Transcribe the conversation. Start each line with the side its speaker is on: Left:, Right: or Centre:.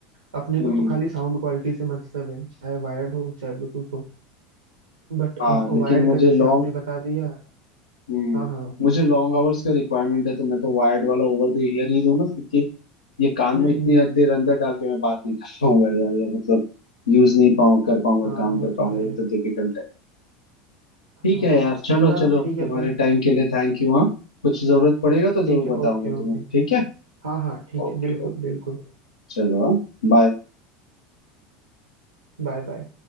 Right: अपने
Left: हम्म
Right: को तो खाली साउंड क्वालिटी से मतलब है चाहे वायर्ड हो चाहे ब्लूटूथ हो बट
Left: हाँ
Right: वायर्ड
Left: लेकिन मुझे
Right: का जैसे
Left: लॉन्ग
Right: आपने बता दिया
Left: हम्म
Right: हाँ हाँ
Left: मुझे लॉन्ग आवर्स का रिक्वायरमेंट है तो मैं तो वायर्ड वाला ओवर द ईयर ही लूंगा क्योंकि ये कान
Right: हम्म
Left: में इतनी
Right: हम्म
Left: देर अंदर डाल के मैं बात नहीं कर पाऊंगा यार या मतलब यूज नहीं पाऊँ कर पाऊंगा
Right: हाँ
Left: काम
Right: वो
Left: कर पाऊंगा
Right: तो है
Left: ये तो डिफिकल्ट है
Right: हाँ
Left: ठीक है यार चलो
Right: चलो
Left: चलो
Right: ठीक
Left: तुम्हारे
Right: है फिर
Left: टाइम के लिए थैंक यू हाँ कुछ जरूरत पड़ेगा तो जरूर
Right: ठीक है
Left: बताऊंगा
Right: ओके
Left: तुम्हें
Right: ओके
Left: ठीक है
Right: हाँ हाँ ठीक
Left: ओके
Right: है बिल्कुल
Left: ओके
Right: बिल्कुल
Left: चलो हाँ बाय
Right: Bye bye